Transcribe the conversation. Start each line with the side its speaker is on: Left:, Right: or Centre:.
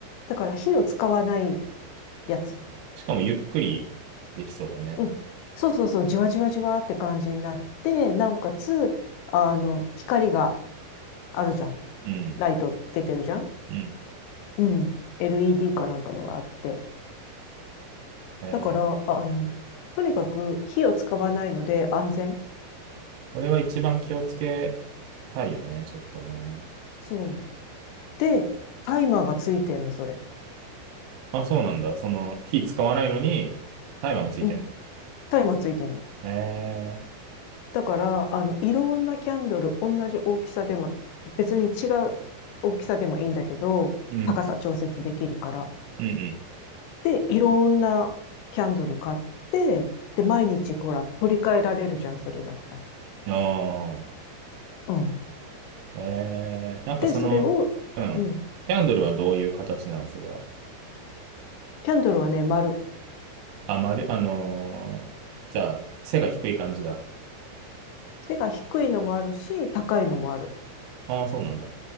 Left: だから火を使わないやつ。
Right: しかもゆっくりできそうだね。
Left: うん。そうそうそう、じわじわじわって感じになって、なおかつ、あの、光があるじゃん。
Right: うん、
Left: ライト出てるじゃん。
Right: うん。
Left: うん。LED かなんかのがあって。
Right: え
Left: だから、ああの、とにかく火を使わないので安全。
Right: ー、それは一番気をつけたいよね、ちょっとね。
Left: そう。で、タイマーがついてんの、それ。
Right: あ、そうなんだ。その、火使わないのに、タイマーもついてんの。
Left: うん。タイマーついてんの。
Right: え
Left: だから、あの、いろんなキャンドル、同じ大きさでも、別に違う大きさでもいいんだけど、
Right: ー、うん、
Left: 高さ調節できるから。
Right: うん、
Left: で、いろんなキャンドル買って、で、毎日、ほら、取り替えられるじゃん、それだったら。
Right: うん。ああ、
Left: うん。
Right: えー、なんかその、
Left: で、それを、
Right: うん。
Left: うん。
Right: キャンドルはどういう形なのそれは。
Left: キャンドルはね、丸。
Right: あ、まる、あのーじゃあ、背が低い感じだ。
Left: 背が低いのもあるし、高いのもある。
Right: ああ、そうなんだ。